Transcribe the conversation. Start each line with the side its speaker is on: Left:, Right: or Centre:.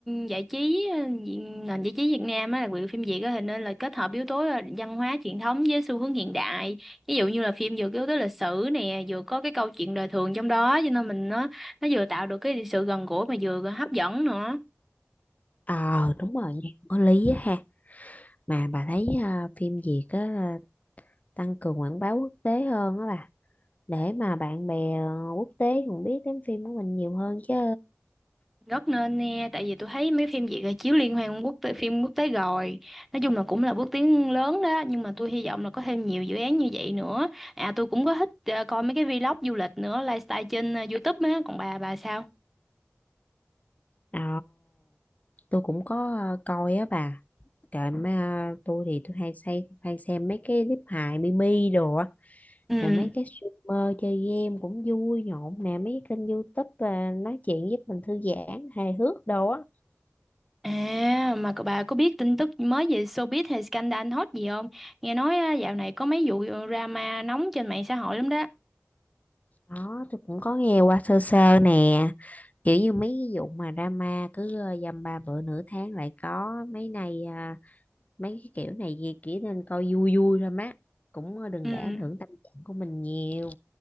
Centre: giải trí ờ, dị- nền giải trí Việt Nam á, đặc biệt là phim Việt á, thì nên là kết hợp yếu tố là văn hóa truyền thống với xu hướng hiện đại ví dụ như là phim vừa có yếu tố lịch sử nè vừa có cái câu chuyện đời thường trong đó cho nên mình nó nó vừa tạo được cái sự gần gũi mà vừa hấp dẫn nữa
Left: ờ đúng rồi nha có lý á ha mà bà thấy à, phim Việt á, là tăng cường quảng bá quốc tế hơn á bà để mà bạn bè ờ, quốc tế còn biết đến phim của mình nhiều hơn chứ
Centre: Rất nên nha, tại vì tôi thấy mấy phim Việt là chiếu liên hoan quốc tế, phim quốc tế rồi. Nói chung là cũng là bước tiến lớn đó, nhưng mà tôi hy vọng là có thêm nhiều dự án như vậy nữa. À tôi cũng có thích ờ, coi mấy cái vlog du lịch nữa, lifestyle trên ờ, YouTube á, còn bà bà sao?
Left: Ồ, tôi cũng có ờ, coi á bà. Trời mấy ờ, tôi thì tôi hay xem hay xem mấy cái clip hài mimi đồ á.
Centre: Ừ.
Left: Trời mấy cái streamer chơi game cũng vui nhộn nè, mấy cái kênh YouTube à, nói chuyện giúp mình thư giãn, hài hước đồ á.
Centre: À mà cậu bà có biết tin tức mới về showbiz hay scandal hot gì không? Nghe nói ờ, dạo này có mấy vụ drama nóng trên mạng xã hội lắm đó.
Left: Đó, tôi cũng có nghe qua sơ sơ nè, kiểu như mấy cái vụ mà drama cứ ờ, dăm ba bữa nửa tháng lại có, mấy này à, mấy cái kiểu này gì chỉ nên coi vui vui thôi má cũng ờ, đừng
Centre: Ừ.
Left: để ảnh hưởng tâm trạng của mình nhiều